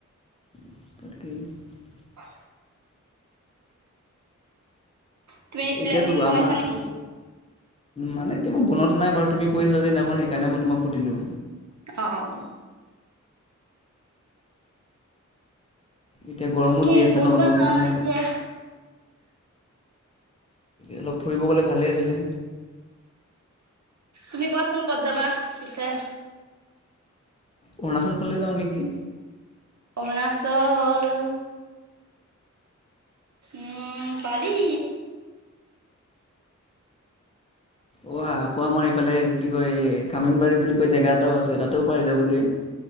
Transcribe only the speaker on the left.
<unintelligible>
এতিয়াতো
আমাৰ
মানে এতিয়া মই বনোৱাতো নাই বাৰু। তুমি কৈ আছিলা যেদিনাখন সেইকাৰণে মই তোমাক সুধিলো।
এতিয়া গৰমো
দি আছে
ন
অলপ
মানে
অলপ ফুৰিব গ'লে ভালেই আছিলে।
অৰুণাচল ফালেই যাওঁ নেকি?
অ আকৌ আমাৰ এইফালে কি কয় কামিনবাৰী বুলি কৈ জেগা এটাও আছে তাতেও পাৰি যাবলৈ।